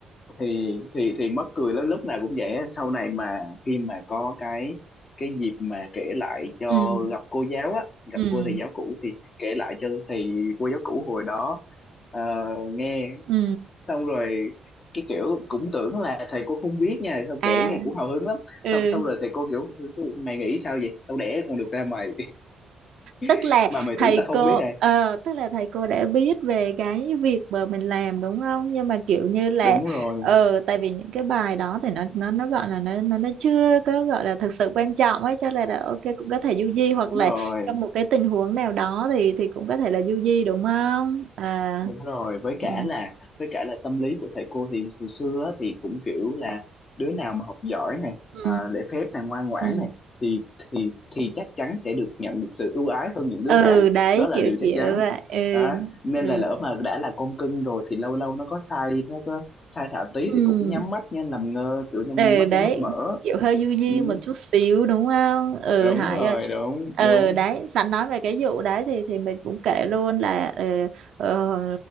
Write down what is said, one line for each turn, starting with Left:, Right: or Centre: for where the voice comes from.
Left: thì thì thì mắc cười lắm lúc nào cũng vậy á. sau này mà khi mà có cái cái dịp mà kể lại cho
Right: ừ
Left: gặp cô giáo á gặp
Right: ừ
Left: cô thầy giáo cũ thì kể lại cho thầy cô giáo cũ hồi đó ờ, nghe
Right: ừ
Left: xong rồi cái kiểu cũng tưởng là thầy cô không biết nha sao
Right: à
Left: kể nghe cũng hào hứng lắm
Right: ừ
Left: xong xong rồi thầy cô kiểu mày nghĩ sao vậy tao đẻ con được ra mày
Right: tức
Left: <laughs>
Right: là
Left: mà mày
Right: thầy
Left: tưởng tao không
Right: cô
Left: biết này
Right: ờ, tức là thầy cô đã biết về cái việc mà mình làm đúng không nhưng mà kiểu như là
Left: đúng rồi
Right: ờ tại vì những cái bài đó thì nó nó nó gọi là nó nó nó chưa có gọi là thực sự quan trọng ấy cho nên là ok cũng có thể du di hoặc
Left: đúng
Right: là
Left: rồi
Right: trong một cái tình huống nào đó thì thì cũng có thể là du di đúng không à
Left: đúng rồi với cả
Right: ừ
Left: là với cả là tâm lý của thầy cô thì hồi xưa á, thì cũng kiểu là đứa nào mà học giỏi này
Right: ừ
Left: à, lễ phép này ngoan ngoãn
Right: ừ
Left: này thì thì thì chắc chắn sẽ được nhận được sự ưu ái hơn những đứa
Right: ừ
Left: khác
Right: đấy
Left: đó là
Right: kiểu
Left: điều chắc
Right: kiểu
Left: chắn
Right: vậy ừ
Left: đó. nên
Right: ừ
Left: là lỡ mà đã là con cưng rồi thì lâu lâu nó có sai nó có sai thảo tí
Right: ừ
Left: thì cũng nhắm mắt nha làm ngơ kiểu nhắm
Right: ừ
Left: mắt
Right: đấy
Left: nhắm mắt mở
Right: kiểu hơi du di
Left: ừ,
Right: một chút xíu đúng không ừ
Left: đúng
Right: Hải
Left: rồi
Right: ơi
Left: đúng
Right: ừ
Left: đúng
Right: đấy sẵn nói về cái vụ đấy thì thì mình cũng kể luôn là ờ, ờ,